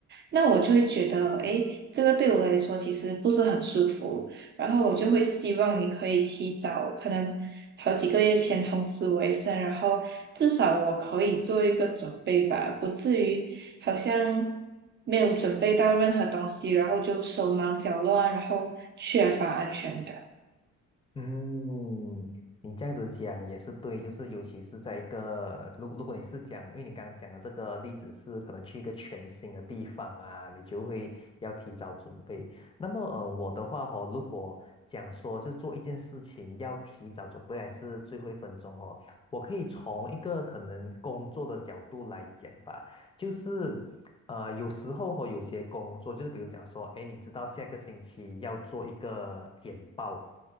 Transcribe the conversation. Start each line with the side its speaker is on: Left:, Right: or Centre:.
Right: 那我就会觉得，诶，这个对我来说其实不是很舒服。然后我就会希望你可以提早，可能好几个月前通知我一声，然后至少我可以做一个准备吧，不至于好像没有准备到任何东西，然后就手忙脚乱，然后缺乏安全感。
Left: 嗯，你这样子讲也是对，就是尤其是在一个，如如果你是讲，因为你刚刚讲的这个例子是可能去一个全新的地方啊，你就会要提早准备。那么呃，我的话哦，如果讲说就是做一件事情要提早准备，还是最后一分钟哦，我可以从一个可能工作的角度来讲吧，就是呃，有时候哦，有些工作就是比如讲说，哎，你知道下个星期要做一个简报。